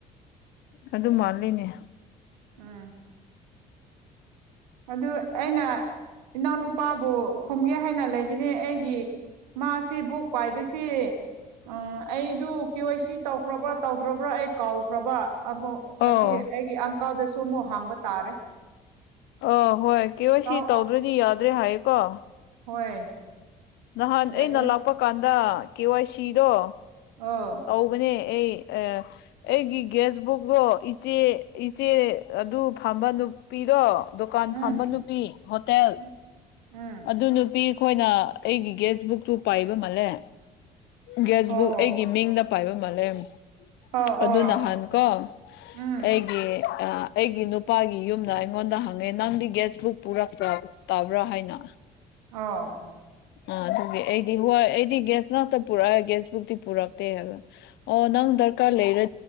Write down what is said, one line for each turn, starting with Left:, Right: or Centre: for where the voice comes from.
Left: ꯑꯗꯨ ꯃꯥꯜꯂꯤꯅꯦ
Right: ꯎꯝ ꯑꯗꯨ ꯑꯩꯅ ꯏꯅꯥꯎꯅꯨꯄꯥꯕꯨ ꯈꯣꯝꯒꯦ ꯍꯥꯏꯅ ꯂꯩꯕꯅꯦ ꯑꯩꯒꯤ ꯃꯥꯁꯦ ꯕꯣꯛ ꯄꯥꯏꯕꯁꯦ ꯎꯝ ꯑꯩꯗꯨ ꯀꯦ ꯋꯥꯏ ꯁꯤ ꯇꯧꯈ꯭ꯔꯕ꯭ꯔꯥ ꯇꯧꯗ꯭ꯔꯕ꯭ꯔꯥ ꯑꯩ ꯀꯥꯎꯈ꯭ꯔꯕ ꯑꯗꯣ
Left: ꯑꯣ
Right: ꯑꯁꯤ ꯑꯩꯒꯤ ꯑꯪꯀꯥꯜꯗꯁꯨ ꯑꯃꯨꯛ ꯍꯥꯡꯕ ꯇꯥꯔꯦ
Left: ꯑ ꯍꯣꯏ ꯀꯦ ꯋꯥꯏ
Right: ꯇꯥꯎ
Left: ꯁꯤ ꯇꯧꯗ꯭ꯔꯗꯤ ꯌꯥꯗ꯭ꯔꯦ ꯍꯥꯏꯌꯦꯀꯣ
Right: ꯍꯣꯏ
Left: ꯅꯍꯥꯟ
Right: ꯌꯥꯔꯦ
Left: ꯑꯩꯅ ꯂꯥꯛꯄ ꯀꯥꯟꯗ ꯀꯦ ꯋꯥꯏ ꯁꯤꯗꯣ
Right: ꯑꯣ
Left: ꯍꯧꯕꯅꯦ ꯑꯩ ꯑꯥ ꯑꯩꯒꯤ ꯒ꯭ꯌꯥꯁ ꯕꯨꯛꯇꯣ ꯏꯆꯦ ꯏꯆꯦ ꯑꯗꯨ ꯐꯝꯕ ꯅꯨ ꯄꯤꯗ‌ꯣ ꯗꯨꯀꯥꯟ
Right: ꯎꯝ
Left: ꯐꯝꯕ ꯅꯨꯄꯤ ꯍꯣꯇꯦꯜ
Right: ꯎꯝ ꯎꯝ
Left: ꯑꯗꯨ ꯅꯨꯄꯤ ꯈꯣꯏꯅ ꯑꯩꯒꯤ ꯒꯦꯁ ꯕꯨꯛꯇꯨ ꯄꯥꯏꯕ ꯃꯥꯜꯂꯦ ꯒ꯭ꯌꯥꯁ
Right: ꯑꯣ
Left: ꯕꯨꯛ ꯑꯩꯒꯤ ꯃꯤꯡꯅ ꯄꯥꯏꯕ ꯃꯥꯜꯂꯦꯝ
Right: ꯑꯣ
Left: ꯑꯗꯨ
Right: ꯑꯣ
Left: ꯅꯍꯥꯟ ꯀꯣ
Right: ꯎꯝ
Left: ꯑꯩꯒꯤ ꯑꯩꯒꯤ ꯅꯨꯄꯥꯒꯤ ꯌꯨꯝꯅ ꯑꯩꯉꯣꯟꯗ ꯍꯪꯉꯦ ꯅꯪꯗꯤ ꯒ꯭ꯌꯥꯁ ꯕꯨꯛ ꯄꯨꯔꯛꯇ꯭ꯔ ꯇꯕ꯭ꯔꯥ ꯍꯥꯏꯅ
Right: ꯑꯣ
Left: <inaudible> ꯑꯥ ꯑꯗꯨꯒꯤ ꯑꯩꯗꯤ ꯍꯣꯏ ꯑꯩꯗꯤ ꯒ꯭ꯌꯥꯁ ꯉꯥꯛꯇ ꯄꯨꯔꯛꯑꯦ ꯒ꯭ꯌꯥꯁꯕꯨꯛꯇꯤ ꯄꯨꯔꯛꯇꯦ ꯍꯥꯏꯕ ꯑꯣ ꯅꯪ ꯗꯔꯀꯥꯔ ꯂꯩꯔ